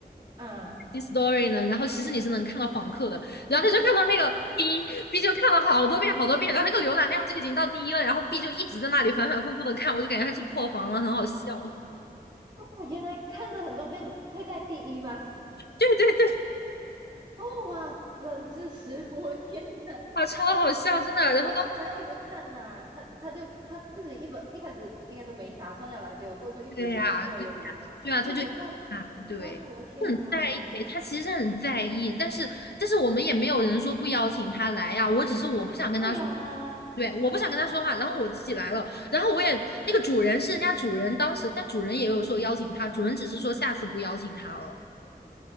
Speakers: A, on the right (about 25°); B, on the left (about 75°).
A: 啊。
B: story 呢，然后其实你是能看到访客的，然后他就看到那个 B B 就看了好多遍好多遍，然后那个浏览量就已经到第一了，然后 B 就一直在那里反反复复的看，我就感觉他是破防了，很好笑。
A: 哦，原来看了很多遍会在第一吗？
B: 对对对，
A: 哦哇，冷知识，<laughs> 我天呐！
B: 啊，超好笑，真的。
A: 那他干嘛要一直看呐、
B: 然后当
A: 他他就他自己一本一开始应该都没打算要来，结果过后就一直说有来，
B: 对呀，对呀，对呀，他就哎，
A: 那结果过后
B: 对，
A: 哇，我的天啊，
B: 很在意，他其实很在意，但是但是我们也没有人说不邀请他来呀，我只是我不想跟他说
A: 对呀、
B: 对，我不想跟他说话，然后我自己来了，然后我也那个主人是人家主人当时，但主人也有说邀请他，主人只是说下次不邀请他了，